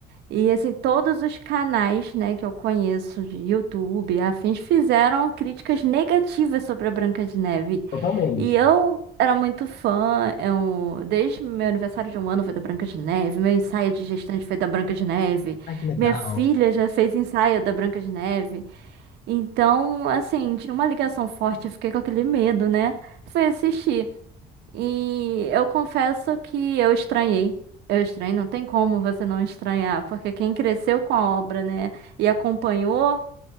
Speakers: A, on the right; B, on the left.
A: E assim, todos os canais, né, que eu conheço de YouTube, e afins, fizeram críticas negativas sobre a Branca de Neve.
B: totalmente.
A: E eu era muito fã, eu, desde meu aniversário de um ano foi da Branca de Neve, meu ensaio de gestante foi da Branca de Neve,
B: Ai, que legal.
A: minha filha já fez ensaio da Branca de Neve. Então, assim, tinha uma ligação forte, eu fiquei com aquele medo, né? Fui assistir. E eu confesso que eu estranhei. Eu estranhei, não tem como você não estranhar, porque quem cresceu com a obra, né, e acompanhou,